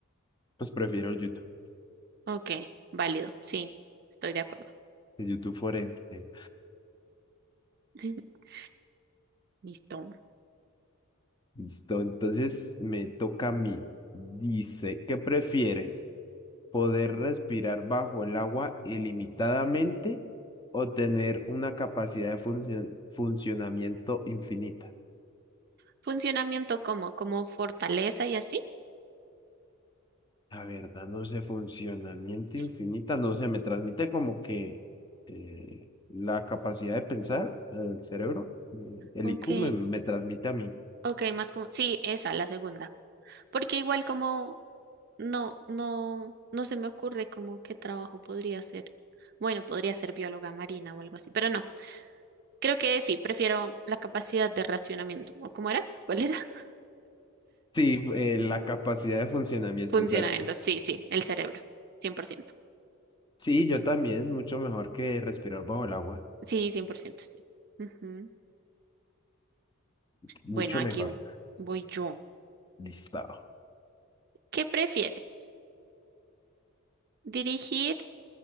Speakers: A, on the left; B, on the right.
A: pues prefiero el YouTube,
B: Ok, válido. Sí, estoy de acuerdo.
A: el YouTube Forever. eh.
B: <laughs> Listo.
A: Listo, entonces me toca a mí. Dice, ¿qué prefieres? ¿Poder respirar bajo el agua ilimitadamente o tener una capacidad de funcio- funcionamiento infinita?
B: Funcionamiento como, como fortaleza y así.
A: La verdad, no sé, funcionamiento
B: Sí.
A: infinita, no sé, me transmite como que eh, la capacidad de pensar, el cerebro, eh, el
B: Ok.
A: IQ me, me transmite a mí.
B: Ok, más como, sí, esa, la segunda. Porque igual como No, no, no se me ocurre como qué trabajo podría ser. Bueno, podría ser bióloga marina o algo así, pero no. Creo que sí, prefiero la capacidad de racionamiento. ¿O cómo era? ¿Cuál era? <laughs>
A: Sí, eh, la capacidad de funcionamiento
B: Funcionamiento.
A: exacta.
B: Sí, sí, el cerebro. 100%.
A: Sí, yo también, mucho mejor que respirar bajo el agua,
B: Sí, 100%, sí. Ujú.
A: mucho
B: Bueno, aquí
A: mejor.
B: vo- voy yo.
A: Listo.
B: ¿Qué prefieres? ¿Dirigir